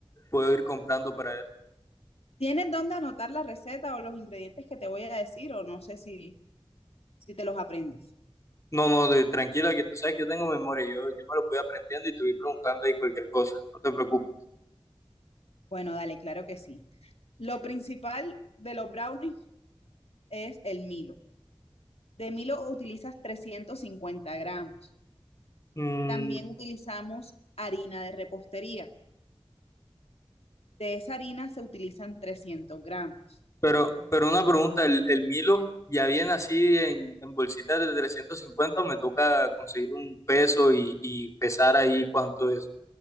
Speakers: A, on the left; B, on the left.
A: puedo ir comprando para eso?
B: ¿Tienes dónde anotar la receta o los ingredientes que te voy a decir o no sé si, si te los aprendes?
A: No, no, de- tranquila, que tú sabes que yo tengo memoria, yo, yo me lo voy aprendiendo y te voy preguntando ahí cualquier cosa, no te preocupes.
B: Bueno, dale, claro que sí. Lo principal de los brownies es el Milo. De Milo utilizas 350 gramos.
A: Mm,
B: También utilizamos harina de repostería. De esa harina se utilizan 300 gramos
A: pero, pero una pregunta, ¿el, el Milo ya viene así en, en bolsitas de 350 o me toca conseguir un peso y, y pesar ahí cuánto es?